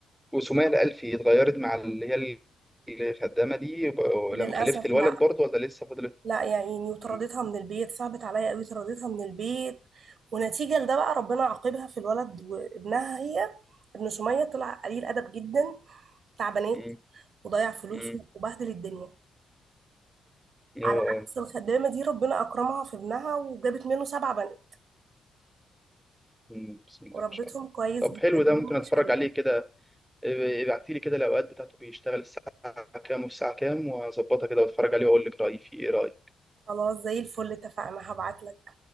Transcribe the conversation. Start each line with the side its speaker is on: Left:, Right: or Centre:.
Centre: وسمية الألفي اتغيرت مع اللي هي ال- الخدامة دي ب-
Right: للأسف
Centre: لما خلفت الولد
Right: لا
Centre: برضه ولا لسه فضلت؟
Right: لا يا عيني وطردتها
Centre: مم.
Right: من البيت صعبت عليا قوي طردتها من البيت ونتيجة لده بقى ربنا عاقبها في الولد وابنها هي ابن سمية طلع قليل أدب جدا بتاع بنات
Centre: مم.
Right: وضيع فلوسه
Centre: مم.
Right: وبهدل الدنيا
Centre: اه
Right: على
Centre: آه.
Right: عكس الخدامة دي ربنا أكرمها في ابنها وجابت منه سبع بنات
Centre: مم. بسم الله
Right: وربتهم
Centre: ما شاء الله
Right: كويس
Centre: طب
Right: جدا
Centre: حلو
Right: هم
Centre: ده ممكن اتفرج
Right: مش حلوين
Centre: عليه كده إيه، ابعتي لي كده الأوقات بتاعته بيشتغل الساعة كام والساعة كام وهظبطها كده واتفرج عليه واقول لك رأيي فيه ايه رأيك
Right: خلاص زي الفل اتفقنا هبعتلك